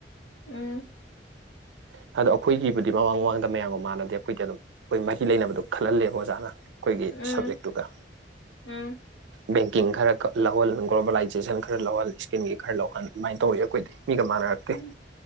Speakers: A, on the left (about 75°); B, on the right (about 85°).
A: ꯎꯝ
B: <inaudible> ꯑꯗꯣ ꯑꯩꯈꯣꯏꯒꯤꯕꯨꯗꯤ ꯃꯃꯥꯡ ꯃꯃꯥꯡꯗ ꯃꯌꯥꯝꯒ ꯃꯥꯟꯅꯗꯦ ꯑꯩꯈꯣꯏꯗꯤ ꯑꯗꯨꯝ ꯑꯩꯈꯣꯏ ꯃꯍꯤ ꯂꯩꯅꯕꯗ ꯈꯜꯍꯜꯂꯦꯕ ꯑꯣꯖꯥꯅ ꯑꯩꯈꯣꯏꯒꯤ
A: ꯎꯝ
B: ꯁꯕꯖꯦꯛꯇꯨꯒ
A: ꯎꯝ
B: ꯕꯦꯡꯀꯤꯡ ꯈꯔ ꯈ ꯂꯧꯍꯜ ꯒ꯭ꯂꯣꯕꯦꯂꯥꯏꯖꯦꯁꯟ ꯈꯔ ꯂꯧꯍꯜ ꯏꯁꯀꯤꯟꯒꯤ ꯈꯔ ꯂꯧꯍꯜ ꯑꯗꯨꯃꯥꯏꯅ ꯇꯧꯋꯦ ꯑꯩꯈꯣꯏꯗꯤ ꯃꯤꯒ ꯃꯥꯟꯅꯔꯛꯇꯦ
A: ꯎꯝ